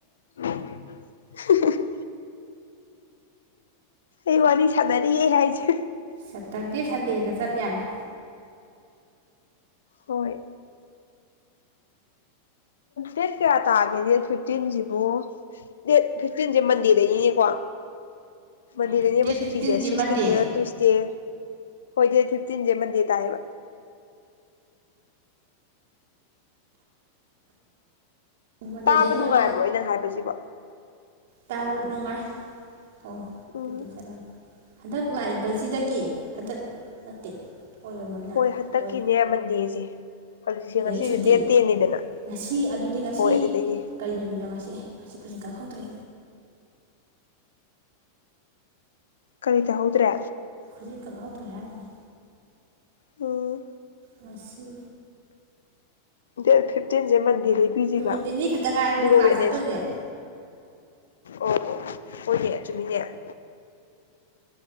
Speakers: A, on the left; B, on the right.
A: ꯍꯨ ꯍꯨ ꯍꯨ ꯑꯩ ꯋꯥꯔꯤ ꯁꯥꯟꯅꯔꯤꯌꯦ ꯍꯥꯏꯖꯦ
B: ꯁꯇꯔꯗꯦ ꯁꯟꯗꯦꯗ ꯆꯠ ꯌꯥꯅꯤ
A: ꯍꯣꯏ ꯗꯦꯠ ꯀꯌꯥ ꯇꯥꯒꯦ ꯗꯦꯠ ꯐꯤꯐꯇꯤꯟꯁꯤꯕꯨ ꯗꯦꯠ ꯐꯤꯐꯇꯤꯟꯁꯦ ꯃꯟꯗꯦꯗꯩꯅꯤꯅꯦꯀꯣ ꯃꯟꯗꯦꯗꯅꯦꯕ
B: ꯗꯦꯠ
A: ꯁꯨꯇꯤꯁꯦ
B: ꯐꯤꯐꯇꯤꯟꯁꯤ
A: ꯁꯤꯛꯁꯇꯤꯟꯁꯤꯅ
B: ꯃꯟꯗꯦ
A: ꯇꯨꯏꯁꯗꯦ ꯍꯣꯏ ꯗꯦꯠ ꯐꯤꯞꯇꯤꯟꯁꯦ ꯃꯟꯗꯦ ꯇꯥꯏꯌꯦꯕ
B: ꯃꯟꯗꯦꯗꯩꯅꯦꯕ
A: ꯇꯥꯕ ꯅꯨꯡꯉꯥꯏꯕ꯭ꯔꯣ ꯑꯩꯅ ꯍꯥꯏꯕꯁꯤꯕꯨ
B: ꯇ ꯅꯨꯡꯉꯥꯏ ꯍꯣ ꯑꯗꯨꯗꯤ
A: ꯎꯝ
B: ꯆꯔ ꯍꯟꯗꯛ ꯂꯥꯛꯏꯕꯁꯤꯗꯒꯤ ꯍꯟꯗꯛ ꯅꯠꯇꯦ ꯑꯣꯏꯔꯝꯃꯣꯏꯅ
A: ꯍꯣꯏ ꯍꯟꯇꯛꯀꯤꯅꯦ
B: ꯑꯣꯏ
A: ꯃꯟꯗꯦꯁꯦ ꯍꯧꯖꯤꯛꯁꯦ
B: ꯁꯤꯗꯒꯤ
A: ꯉꯁꯤꯁꯦ
B: ꯁꯨꯇꯤ
A: ꯗꯦꯠ ꯇꯦꯟꯅꯤꯗꯅ
B: ꯉꯁꯤ ꯑꯗꯨꯗꯤ ꯉꯁꯤ
A: ꯍꯣꯏ ꯑꯗꯨꯗꯒꯤ
B: ꯀꯔꯤ ꯅꯨꯃꯤꯠꯅꯣ ꯉꯁꯤ ꯑꯦ ꯉꯁꯤ ꯈꯨꯖꯤꯟ ꯀꯛꯍꯧꯗ꯭ꯔꯦ
A: ꯀꯔꯤ ꯇꯥꯍꯧꯗ꯭ꯔꯦ
B: ꯍꯧꯖꯤꯛ ꯀꯛꯍꯧꯗ꯭ꯔꯦ ꯍꯥꯏꯅꯨ
A: ꯎꯝ
B: ꯉꯁꯤ
A: ꯗꯦꯠ ꯐꯤꯞꯇꯤꯟꯁꯦ ꯃꯟ ꯗꯗꯤꯜꯂꯤ ꯄꯤꯖꯕ
B: ꯅꯨꯃꯤꯠ ꯅꯤꯅꯤ ꯈꯛꯇ ꯉꯥꯏꯔꯦ ꯑꯗꯨꯗꯤ
A: ꯑꯗꯨꯒ
B: ꯀ꯭ꯂꯥꯁ
A: ꯋꯦꯠꯅꯦꯁ
B: ꯆꯠꯇꯣꯏꯁꯦ
A: ꯑꯣ ꯑꯣ ꯍꯣꯏꯅꯦ ꯆꯨꯝꯃꯤꯅꯦ